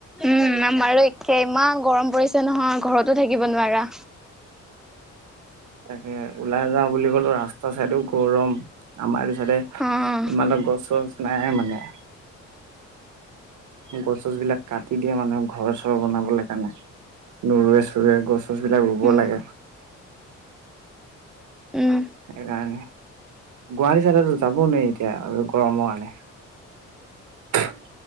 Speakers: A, in the centre; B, on the right.
A: উম আমাৰো একেই ইমান গৰম পৰিছে নহয় ঘৰতো থাকিব নোৱাৰা
B: তাকে ওলাই যাওঁ বুলি ক'লো ৰাস্তা চাইদো গৰম আমাৰ ইমানতা
A: অ',
B: গছ চছ নাই মানে গছ গছ বিলাক কাটি দিয়ে মানুহে ঘৰ চৰ বনাবলৈ কাৰণে নৰুৱে চৰুৱে গছ গছবিলাক ৰুব
A: উম,
B: লাগে
A: উম,
B: সেইকাৰণে গুৱাহাটী তাতে যাব নোৱাৰি এতিয়া আৰু গৰমৰ কাৰণে